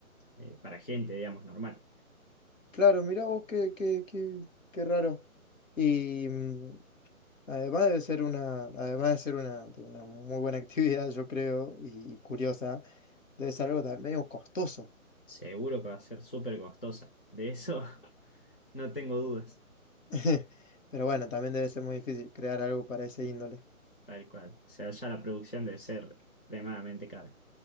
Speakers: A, on the left; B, on the left.
A: eh, para gente, digamos, normal.
B: Claro, mirá vos qué, qué, qué, qué raro. Y mm, además debe ser una, además de ser una, de una muy buena <laughs> actividad, yo creo, y, y curiosa, debe ser algo también medio costoso.
A: Seguro que va a ser súper costosa. De eso <laughs> no tengo dudas.
B: <laughs> Pero bueno, también debe ser muy difícil crear algo para ese índole.
A: Tal cual. O sea, ya la producción debe ser extremadamente cara.